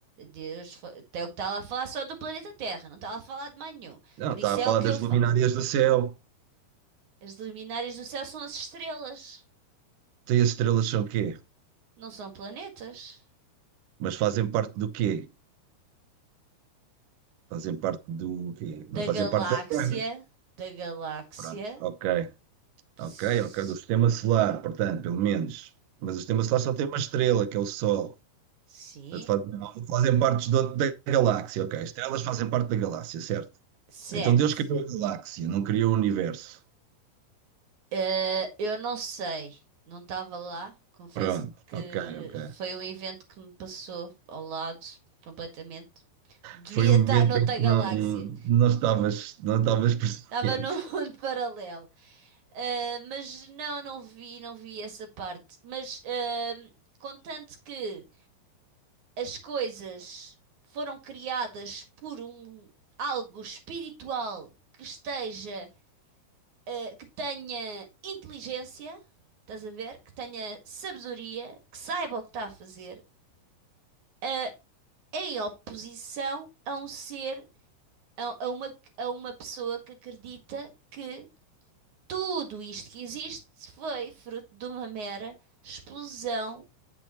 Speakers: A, on the right; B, on the right.
A: Deus fa- é o que está lá a falar só do planeta Terra, não está lá a falar de mais nenhum.
B: não,
A: Por
B: está
A: isso
B: a
A: é
B: falar
A: o que
B: das
A: eu falo.
B: luminárias do céu.
A: As luminárias do céu são as estrelas,
B: Tem as estrelas são o quê?
A: não são planetas.
B: Mas fazem parte do quê? Fazem parte do quê? Não
A: Da
B: fazem
A: galáxia,
B: parte da Terra.
A: da galáxia.
B: Pronto, ok.
A: S-
B: Ok, ok, do sistema solar, portanto, pelo menos. Mas o sistema solar só tem uma estrela, que é o Sol.
A: Sim,
B: Portanto, fazem, não, fazem parte do- da galáxia, ok. Estrelas fazem parte da galáxia, certo?
A: certo.
B: Então Deus criou a galáxia, não criou o universo.
A: Eh, eu não sei, não estava lá. Confesso
B: Pronto,
A: que
B: ok, ok.
A: foi um evento que me passou ao lado completamente. Devia
B: Foi um
A: estar
B: momento
A: noutra
B: em que
A: galáxia,
B: não, não estavas, não estavas <laughs> presente.
A: estava num <laughs> mundo paralelo. Eh, mas não, não vi, não vi essa parte. Mas ehm, contanto que as coisas foram criadas por um algo espiritual que esteja. eh, que tenha inteligência, estás a ver? Que tenha sabedoria, que saiba o que está a fazer, eh, em oposição a um ser, a, a uma, a uma pessoa que acredita que tudo isto que existe foi fruto de uma mera explosão